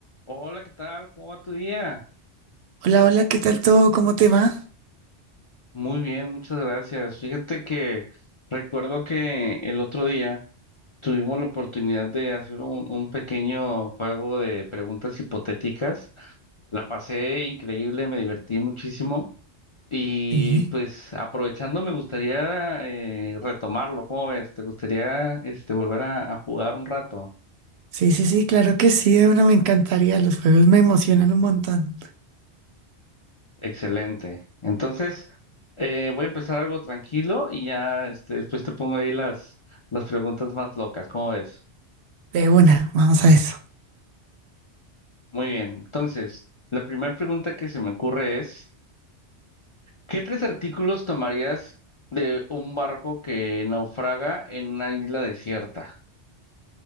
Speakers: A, on the left; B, on the right.
A: Hola, ¿qué tal? ¿Cómo va tu día?
B: Hola, hola, ¿qué tal todo? ¿Cómo te va?
A: Muy bien, muchas gracias. Fíjate que recuerdo que el otro día tuvimos la oportunidad de hacer un, un pequeño juego de preguntas hipotéticas. La pasé increíble, me divertí muchísimo y
B: Sí,
A: pues aprovechando me gustaría eh, retomarlo. ¿Cómo ves? ¿Te gustaría este, volver a a jugar un rato?
B: sí, sí, sí, claro que sí, de una me encantaría. Los juegos me emocionan un montón.
A: Excelente. Entonces, eh, voy a empezar algo tranquilo y ya este, después te pongo ahí las, las preguntas más locas. ¿Cómo ves?
B: De una, vamos a eso.
A: Muy bien. Entonces, la primera pregunta que se me ocurre es, ¿qué tres artículos tomarías de un barco que naufraga en una isla desierta?